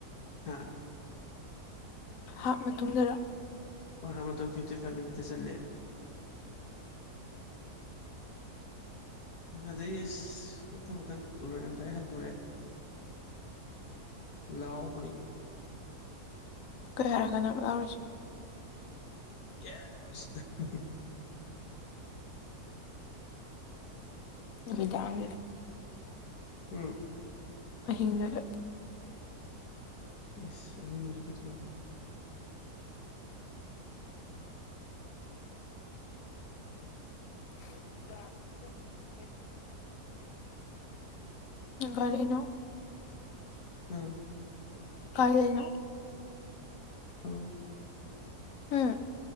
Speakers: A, on the left; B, on the left.
A: ꯍꯥ
B: ꯍꯥꯞ ꯃꯇꯨꯡꯗꯔꯥ
A: ꯍꯣꯏ ꯍꯥꯞ ꯃꯇꯨꯡ ꯐꯤꯞꯇꯤ ꯐꯥꯏꯞ ꯃꯤꯅꯤꯠꯇ ꯆꯜꯂꯦ ꯑꯗꯩ ꯑꯁ ꯃꯊꯪ ꯃꯊꯪ ꯂꯣꯏꯔꯝꯗꯥꯏ ꯍꯟꯗꯣꯔꯛꯑꯦ ꯂꯥꯎꯕꯅꯤ
B: ꯀꯌꯥꯔꯛ ꯀꯟꯅꯥ ꯂꯧꯔꯤꯁꯤ
A: ꯌꯦꯁ
B: ꯅꯨꯃꯤꯗꯥꯥꯡꯗꯨꯗ
A: ꯍꯨꯝ
B: ꯑꯍꯤꯡꯗꯨꯗ
A: ꯑꯁ ꯑꯍꯤꯡ ꯑꯣꯏꯔꯁꯨ ꯀꯩꯗꯧꯔꯒꯦ
B: <unintelligible> ꯅꯪ ꯀꯔꯤꯅꯣ
A: ꯑꯥ
B: ꯀꯥꯏ ꯂꯩꯩꯅꯣ
A: ꯐꯃꯨꯡ
B: ꯎꯝ